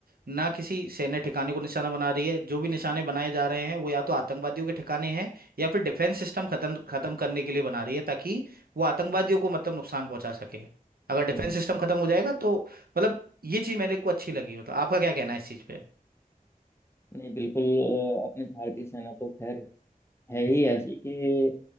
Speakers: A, on the right; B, on the left.
A: ना किसी सैन्य ठिकाने को निशाना बना रही है जो भी निशाने बनाए जा रहे हैं वो या तो आतंकवादियों के ठिकाने हैं या फिर डिफेंस सिस्टम खत्म खत्म करने के लिए बना रही है ताकि वो आतंकवादियों को मतलब नुकसान पहुंचा सके अगर डिफेंस
B: हम्म
A: सिस्टम खत्म हो जाएगा तो मतलब ये चीज मेरे को अच्छी लगी मतलब आपका क्या कहना है इस चीज पे
B: नहीं बिल्कुल अ, अपनी भारतीय सेना तो खैर है ही ऐसी कि